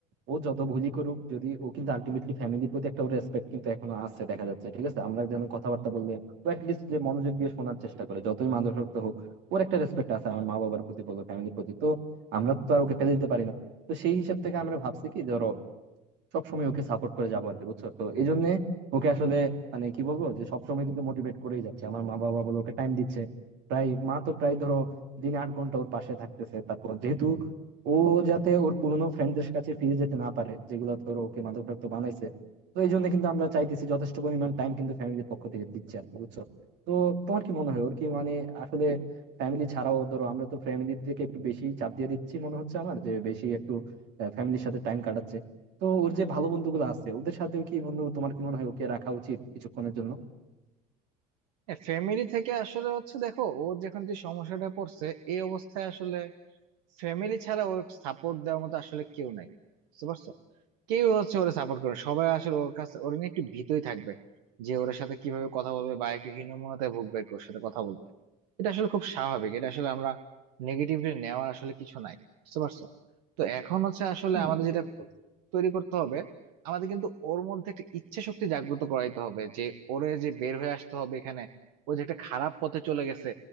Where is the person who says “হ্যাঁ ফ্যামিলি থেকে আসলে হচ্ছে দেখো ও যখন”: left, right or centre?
Right